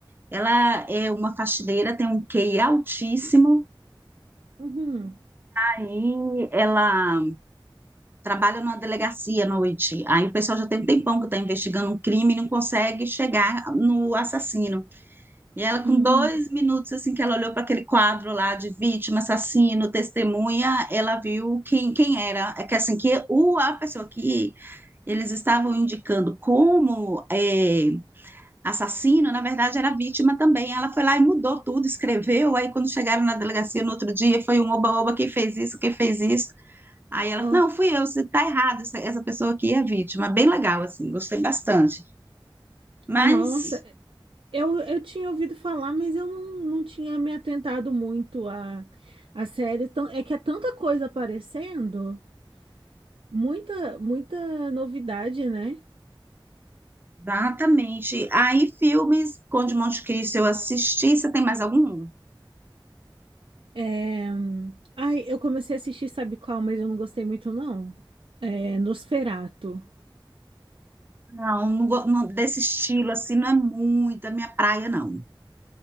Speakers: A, on the right (about 25°); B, on the right (about 80°).
A: Ela é uma faxineira, tem um QI altíssimo.
B: uhum,
A: Aí ela trabalha numa delegacia à noite. Aí o pessoal já tem um tempão que está investigando um crime e não consegue chegar no assassino. E ela, com
B: hum,
A: dois minutos, assim, que ela olhou para aquele quadro lá de vítima, assassino, testemunha, ela viu quem, quem era. É que assim, que o, a pessoa que eles estavam indicando como é, assassino, na verdade, era vítima também. Ela foi lá e mudou tudo, escreveu. Aí, quando chegaram na delegacia no outro dia, foi um oba-oba, quem fez isso, quem fez isso. Aí ela,
B: ó.
A: falou, não, fui eu, você tá errado, essa, essa pessoa aqui é vítima. Bem legal, assim, gostei bastante. Mas,
B: Nossa, eu, eu tinha ouvido falar, mas eu não, não tinha me atentado muito à, à série. Tão- É que é tanta coisa aparecendo, muita, muita novidade, né?
A: exatamente. Aí, filmes, Conde de Monte Cristo eu assisti, você tem mais algum?
B: É... Ai, eu comecei a assistir, sabe qual, mas eu não gostei muito, não. É Nosferatu.
A: Não, não, go- não- desse estilo, assim, não é muito a minha praia, não.